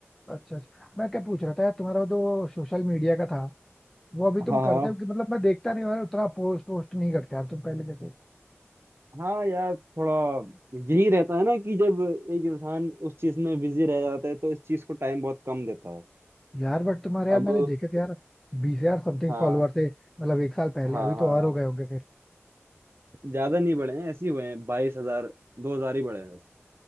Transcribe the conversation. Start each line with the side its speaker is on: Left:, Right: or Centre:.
Centre: अच्छा अच्छा मैं क्या पूछ रहा था यार तुम्हारा वो जो सोशल मीडिया का था वो अभी
Right: हाँ
Centre: तुम
Right: हाँ
Centre: करते हो कि मतलब मैं देखता नहीं हूँ यार उतना पोस्ट वोस्ट नहीं करते यार तुम पहले जैसे
Right: हाँ यार थोड़ा यही रहता है ना कि जब एक इंसान उस चीज में बिजी रह जाता है तो इस चीज को टाइम बहुत कम देता है
Centre: यार बट तुम्हारे
Right: अब
Centre: यार मैंने देखे थे यार बीस यार समथिंग
Right: हाँ
Centre: फॉलोअर थे मतलब एक साल पहले
Right: हाँ
Centre: अभी तो
Right: हाँ
Centre: और हो गए होंगे फिर
Right: ज्यादा नहीं बढ़े हैं ऐसे ही हुए हैं बाईस हजार दो हजार ही बढ़े हैं बस